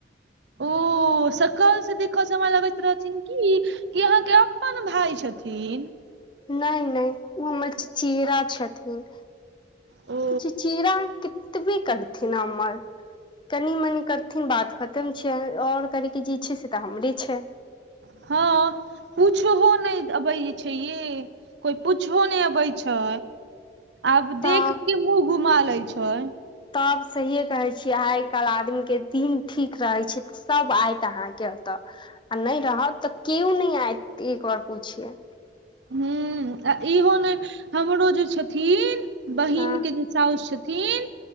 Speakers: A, on the right; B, on the left.
A: ओ सकल से देख समय लगैत रहथिन कि कि अहाँके अपन भाय छथिन
B: नहि नहि उ हमर चचेरा छथिन
A: ओ
B: तऽ चचेरा कतबे करथिन हमर कनि मनि करथिन बात खतम छियै और करयके जे छै से तऽ हमरे छै
A: हँ पूछहो नहि अबै छै ये कोइ पूछहो नहि अबै छै आब
B: तऽ
A: देख के मुँह घुमा लै छै
B: तब सहिये कहै छी आइ काल्हि आदमी के दिन ठीक रहे छै सब आइत अहाँ के तऽ आ नहि रहत तऽ केऔ नहि आयत एक बार पूछे
A: हूंम्म आ इहो नै हमरो जे छथिन बहिन
B: हँ
A: के जे साउस छथिन